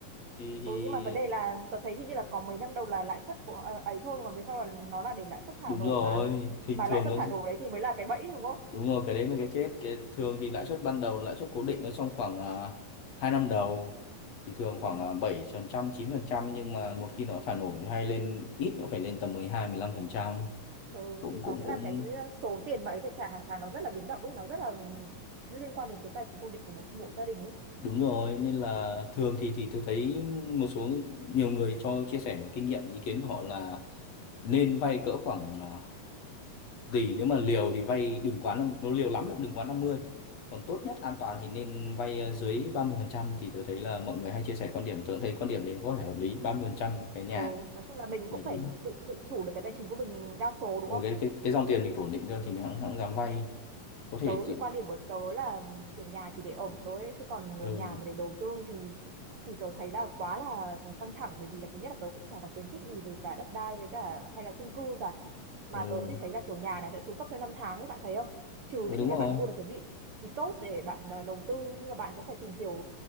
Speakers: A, on the left; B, on the right.
A: thì thì
B: Ừ, nhưng mà vấn đề là tớ thấy hình như là có mấy năm đầu là lãi suất của à, ấy thôi còn về sau là nó là để lãi suất thả
A: đúng
B: nổi
A: rồi
B: mà
A: thì
B: mà
A: thường
B: lãi suất
A: nó
B: thả nổi đấy thì mới là cái bẫy đúng không
A: đúng rồi cái đấy mới cái chết cái thường thì lãi suất ban đầu lãi suất cố định nó trong khoảng uh, hai năm đầu thì thường khoảng
B: ừ,
A: uh, bảy phần trăm chín phần trăm, nhưng mà một khi nó thả nổi thì hay lên ít nó phải lên tầm mười hai mười hai phần trăm
B: ừ,
A: cũng
B: thì
A: cũng
B: có nghĩa
A: cũng
B: là cái ờ, số tiền mà ấy phải trả hàng tháng nó rất là biến động ấy nó rất là liên quan đến cái tài chính ổn định của một, một gia đình ấy
A: Đúng rồi, nên là thường thì thì tôi thấy một số nhiều người cho chia sẻ kinh nghiệm ý kiến của họ là nên vay cỡ khoảng à, tỷ nếu mà liều thì vay đừng quá năm- nó liều lắm thì cũng đừng quá năm mươi Còn tốt nhất an toàn thì nên vay à, dưới ba mươi phần trăm thì tôi thấy là mọi người hay chia sẻ quan điểm tôi cũng thấy quan điểm đấy có thể hợp lý 30% cái nhà
B: ừ, nói chung là mình
A: thì
B: cũng phải
A: thì
B: tự tự chủ được cái tài chính của mình đa số đúng
A: ừ,
B: không
A: cái cái cái dòng tiền mình ổn định cơ thì mình hẵng hẵng dám vay có thể
B: tớ
A: tự-
B: thì quan điểm của tớ là kiểu nhà chỉ để ở thôi ấy, chứ còn
A: ừ,
B: nhà mà để đầu tư thì thì tớ thấy là quá là căng thẳng bởi vì là thứ nhất là tớ cũng chả có kiến thức gì về cả đất đai với cả hay là chung cư cả mà
A: ừ,
B: tớ thì thấy là kiểu nhà nó sẽ xuống cấp theo năm tháng ấy bạn thấy không trừ
A: ừ
B: khi
A: đúng
B: là
A: rồi
B: bạn mua được cái vị thì tốt để bạn à, đầu tư nhưng mà bạn cũng phải tìm hiểu